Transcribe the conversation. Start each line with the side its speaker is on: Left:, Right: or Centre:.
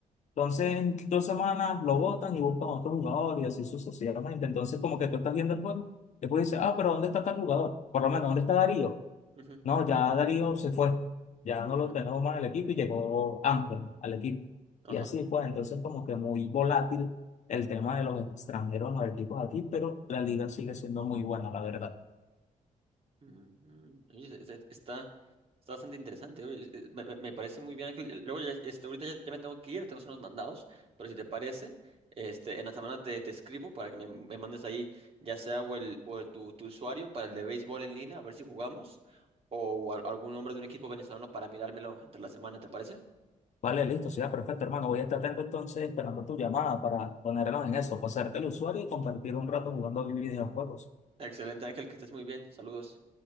Left: Entonces, en dos semanas lo botan y buscan otro jugador y así sucesivamente. Entonces, como que tú estás viendo el juego, después dices, ah, pero ¿dónde está tal jugador? Por lo menos, ¿dónde está Darío?
Right: Ujú,
Left: No, ya Darío se fue. Ya
Right: mm,
Left: no lo tenemos más en el equipo y llegó Ángel al equipo.
Right: ajá.
Left: Y así pues, entonces como que muy volátil el tema de los extranjeros en los equipos aquí, pero la liga sigue siendo muy buena, la verdad.
Right: Ujú. Oye, es- es- Está, está bastante interesante. oye, eh, Me, me- me parece muy bien, Ángel. Eh, Luego, ya, este, ahorita ya, ya me tengo que ir, tenemos unos mandados, pero si te parece, este, en la semana te, te escribo para que me, me mandes ahí, ya sea o el, o el- tu, tu usuario para el de béisbol en línea, a ver si jugamos, o, a- algún nombre de un equipo venezolano para mirármelo entre la semana, ¿te parece?
Left: Vale, listo, será perfecto, hermano. Voy a estar atento entonces esperando tu llamada para ponernos en eso, pasarte el usuario y compartir un rato jugando videojuegos.
Right: Excelente, Ángel, que estés muy bien. Saludos.